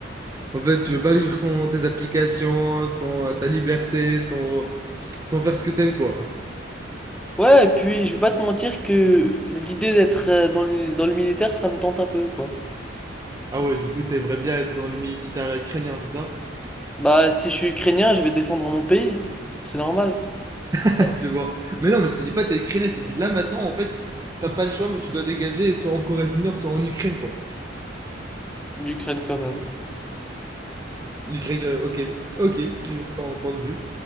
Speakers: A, on the right (about 20°); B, in the centre.
A: En fait, tu veux pas vivre sans tes applications, sans euh, ta liberté, sans, sans faire ce que t'aimes, quoi.
B: Ouais, et puis je vais pas te mentir que l'idée d'être euh, dans le, dans le militaire, ça me tente un peu, quoi.
A: Ah ouais, du coup, t'aimerais bien être dans le militaire ukrainien, c'est ça?
B: Bah, si je suis ukrainien, je vais défendre mon pays. C'est normal.
A: <laughs>
B: Ouais,
A: Je vois. Mais non, mais je te dis pas t'es ukrainien, je te dis là maintenant, en fait, t'as pas le choix, mais tu dois dégager, soit en Corée du Nord, soit en Ukraine, quoi.
B: L'Ukraine quand même.
A: Du Craig, euh, ok, ok, je vois ton point de vue.